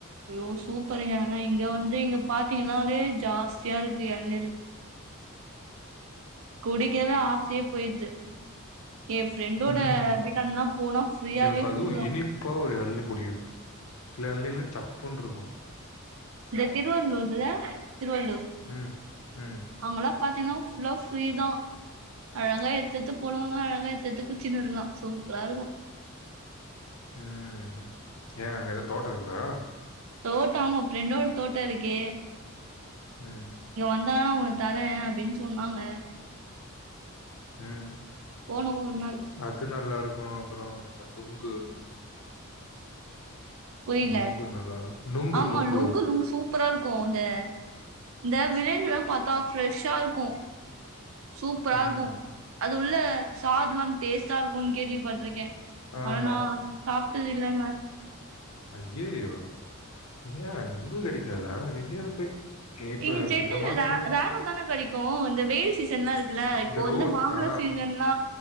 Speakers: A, on the right (about 65°); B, on the left (about 80°).
A: ஐயோ சூப்பருங்க ஆனா இங்க வந்து இங்க பாத்தீங்கன்னாலே ஜாஸ்தியா இருக்கு எளநீர் குடிக்கவே ஆசயே போயிடுது என் ஃப்ரெண்டோட
B: உம் ஹும்
A: வீட்டாண்டலா போனா ஃப்ரீயாவே
B: எனக்கு அதுவு
A: குடிக்கலாம்.
B: இனிப்பா ஒரு எழனி குடிக்கணு சில எளநீ எல்லா சப்புன்னுருக்கு
A: இந்த திருவள்ளூர்ல திருவள்ளுர்
B: ம். ம்.
A: அங்கல்லா பாத்தீங்கன்னா ஃபுல்லா ஃப்ரீதா அழகா எத்எத்து போடுவாங்க அழகா எத்எத்து குச்சிக்கிர்லா சூப்பரா இருக்கு
B: அஹ் ஏ அங்க எதா தோட்டோ இருக்குதா
A: தோட்டோ ஆமா ஃப்ரெண்டோட தோட்டோ இருக்கே
B: அஹ்
A: வந்தாத உனக்கு தரே அப்டின்னு சொன்னாங்க
B: அஹ்
A: போனோம் ஒரு நாள்.
B: அது நல்லா இருக்கு அப்றோ இந்த டொங்கு
A: புரில
B: நுங்கு நல்லாருக்கும். நுங்கு,
A: ஆமா
B: நுங்கு.
A: லுங்கு லுங் சூப் ப்பரா இருக்கு இந்த இந்த வில்லேஜ்லா பாத்தா ஃப்ரெஷ்ஷா இருக்கு சூப்பரா இருக்கு
B: ம்.
A: அது உள்ள சாதுலா டேஸ்ட்டா இருக்கும்னு கேள்வி பட்டுருக்கே ஆனா
B: ஆமா.
A: நா சாப்ட்டது இல்லங்க
B: ஐய்யயோ ஏ நொங்கு கெடைக்காதா எங்கயாவது போய் கே இப்ப
A: இங்க சென்னைலலா
B: இந்த மாசம்லாம்
A: ராவா தான கெடைக் இப்போ இந்த வெயில் சீசன்லா இருக்குல்ல இப்போ
B: இந்த
A: வந்து
B: ரோடு
A: மாம்பழ
B: ஆ.
A: சீசன்லா